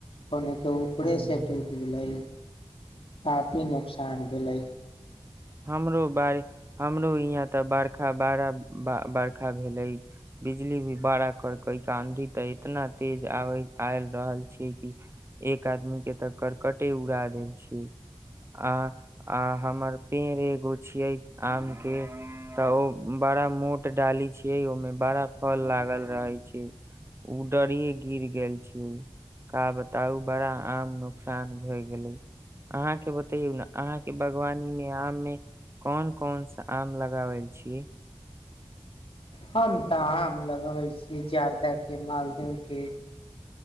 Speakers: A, on the left (about 60°); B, on the right (about 25°).
A: कनेके ऊपरेसँ
B: हम्म,
A: टूटि गेलै काफी नुोकसान भेलै
B: हमरो बारे हमरो यहाँ तऽ बर्षा बड़ा बर्खा भेलै बिजली भी बड़ा करक आँधी तऽ इतना तेज आब आय रहल छै कि एक आदमी के तऽ करर्कटे उड़ा देल छै आ आ हमर पेड़ एगो छीये आम के तऽ ओ बड़ा मोट डाली छी में बड़ा फल लाग रह छै उ डरे गिर गेल छी का बताउ बड़ा आम नुकसान भय गेले अहा के तह बवानी आम मे कोन कोन सा आम लगाबल छी
A: हम तऽ आम लगबै छी जार्दााके मालदहके